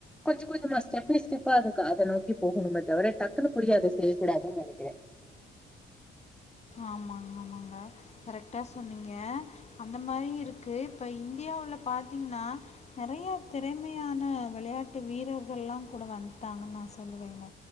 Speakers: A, in the centre; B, on the left.
A: கொஞ்சம் கொஞ்சம் நா ஸ்டெப்ஸ் டெப்பா அதுக்கு அதை நோக்கி போகணுமே தவிர டக்குன்னு புரிய அதை செய்யக்கூடாதுன்னு நினைக்கிறேன்
B: ஆமாங்க ஆமாங்க கரெக்டா சொன்னீங்க அந்த மாரி இருக்கு இப்ப இந்தியாவுல பாத்தீங்கன்னா நிறைய திறமையான விளையாட்டு வீரர்கள் எல்லா கூட வந்துட்டாங்கன்னு நான் சொல்லுவேங்க